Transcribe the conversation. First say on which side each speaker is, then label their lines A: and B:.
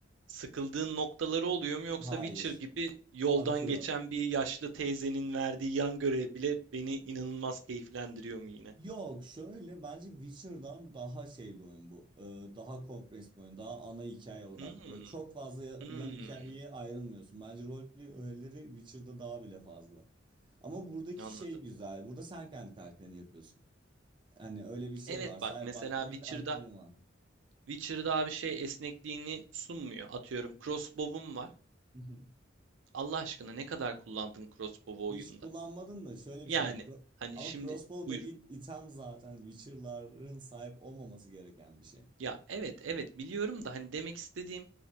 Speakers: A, on the right; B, on the right.
A: Sıkıldığın noktaları oluyor mu yoksa
B: Hayır,
A: Witcher gibi yoldan
B: akıyor.
A: geçen bir yaşlı teyzenin verdiği yan görev bile beni inanılmaz keyiflendiriyor mu yine?
B: Yok şöyle bence Witcher'dan daha şey bir oyun bu. Ee, daha kompres bir oyun. Daha ana hikaye odaklı.
A: Hımm.
B: Böyle çok fazla ya-
A: Hımm.
B: yan hikayeye ayrılmıyorsun. Bence roleplay öğeleri Witcher'da daha bile fazla. Ama buradaki
A: Anladım.
B: şey güzel. Burada sen kendi karakterini yapıyorsun. Hani öyle bir şey
A: Evet
B: var. Cyberpunk'ta
A: bak mesela Witcher'da
B: bir karakterin var.
A: Witcher'da abi şey esnekliğini sunmuyor. Atıyorum crossbow'um var.
B: <laughs>
A: Allah aşkına ne kadar kullandın crossbow'u
B: Hiç
A: oyunda?
B: kullanmadın da şöyle
A: Yani
B: bir şey var. Cro-
A: hani
B: Ama
A: şimdi
B: crossbow
A: buyur.
B: dediğin item zaten Witcher'ların sahip olmaması gereken bir şey.
A: Ya evet evet biliyorum da hani demek istediğim